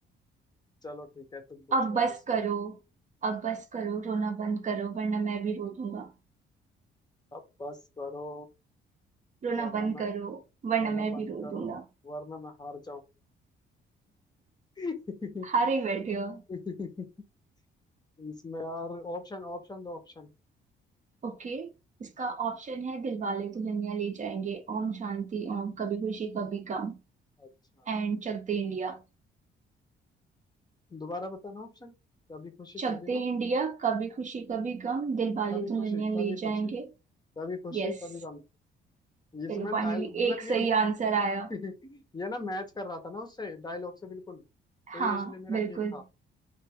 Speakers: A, on the left (about 20°); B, on the right (about 40°).
A: चलो ठीक है तुम पूछो
B: अब
A: यार
B: बस
A: इसको
B: करो अब बस करो रोना बंद करो वरना मैं भी रो दूंगा
A: अब बस करो
B: रोना
A: वरना
B: बंद
A: मैं
B: करो वरना
A: रोना
B: मैं
A: बंद
B: भी रो
A: करो
B: दूंगा
A: वरना मैं हार जाऊंगा
B: हारे बैठे हो
A: <laughs> इसमें यार ऑप्शन ऑप्शन दो ऑप्शन
B: ओके इसका ऑप्शन है Dilwale Dulhania Le Jayenge Om Shanti Om Kabhi Khushi Kabhie Gham
A: अच्छा
B: and Chak De India
A: दोबारा बताना ऑप्शन कभी खुशी
B: Chak
A: कभी
B: De
A: गम
B: India Kabhi Khushi Kabhie gum Dilwale
A: कभी
B: Dulhania
A: खुशी
B: Le
A: कभी
B: Jayenge
A: खुशी कभी खुशी
B: Yes
A: कभी गम इसमें
B: चलो फाइनली
A: डायल मतलब
B: एक सही
A: ये
B: आंसर आया
A: <laughs> ये ना मैच कर रहा था ना उससे डायलॉग से बिल्कुल
B: हाँ
A: तो ये इसलिए मेरा
B: बिल्कुल
A: ठीक था